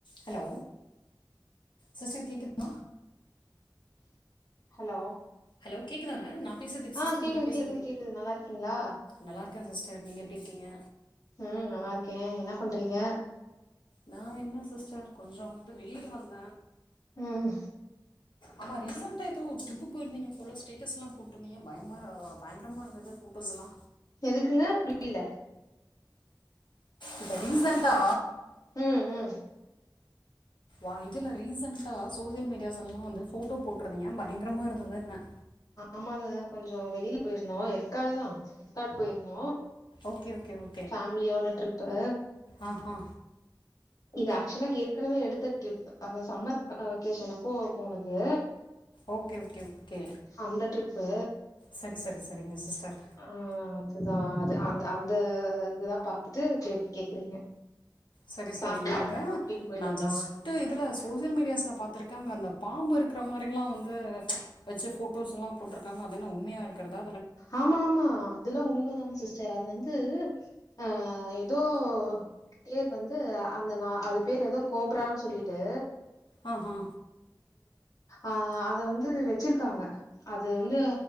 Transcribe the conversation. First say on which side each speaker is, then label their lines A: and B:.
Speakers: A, on the left; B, on the left.
A: ஹலோ சிஸ்டர் கேக்குதுங்ளா
B: ஹலோ
A: ஹலோ கேக்குதாங்க நா பேசறது சிஸ்டர்
B: ஆ கேக்குது
A: நீங்க பேசறது
B: கேக்குது
A: கே
B: கேக்குது நல்லா இருக்கீங்களா
A: நல்லா இருக்க சிஸ்டர் நீங்க எப்டி இருக்கீங்க
B: ம் நல்லா இருக்கே என்ன பண்றீங்க
A: நா என்ன சிஸ்டர் கொஞ்சோ வந்து வெளியில வந்த
B: ம்
A: ஆமா ரீசெண்ட்டா ஏதோ ட்ரிப்பு போயிருந்தீங்க போல ஸ்டே ட்டஸ்லா போட்டுருந்தீங்க பயமா பயங்கரமா இருந்தது ஃபோட்டோஸ் எல்லா
B: எதுக்குங்க புரில
A: இப்ப ரிசென்ட்டா
B: ம் ம்
A: ஓ இதுல ரீசெண்ட்டா சோசியல் மீடியாஸ் எல்லா வந்து ஃபோட்டோ போட்டுருதீங்க பயங்கரமா இருந்துதுன்ன
B: ஆமாங்க கொஞ்சோ வெளியில போயிருந்தோ எற்காடு தா எற்காடு போயிருந்தோ
A: ஓகே ஓகே ஓ
B: ஃபேமிலியோட ட்ரிப்பு
A: ஆ ஹா
B: இது ஆக்சுவலா ஏற்கனவே எடுத்த ட்ரிப்பு அந்த சம்மர் வெகேஷன் அப்போ போனது
A: ஓகே ஓகே ஓகே
B: அந்த ட்ரிப்பு
A: சரி சரி சரிங்க சிஸ்டர்
B: ஆ அதுதா அது அந்த அந்த இதுதா பாத்துட்டு கே கேக்குறீங்க
A: சரி
B: ஃபேமிலியோட
A: சரிங்க அங்க
B: அவுட்டிங் போயிட்டு
A: நான்
B: வரலா
A: ஜஸ்ட் ட்டு இதுல சோசியல் மீடியாஸ்ல பாத்துருக்கா அங்க அந்த பாம்பு இருக்கற மாதிரிலா வந்து வச்சு போட்டோஸ்ல்லா போட்ருக்காங்க அது என்ன உண்மையா இருக்கறதா
B: ஆமா ஆமா அதுலா உண்மதானா சிஸ்டர் அது வந்து ஆ ஏதோ பேர் வந்து அந்த நா அது பேர் ஏதோ கோப்ரான்னு சொல்லிட்டு
A: ஆ அ
B: ஆ அத வந்து வச்சிருக்காங்க அது வந்து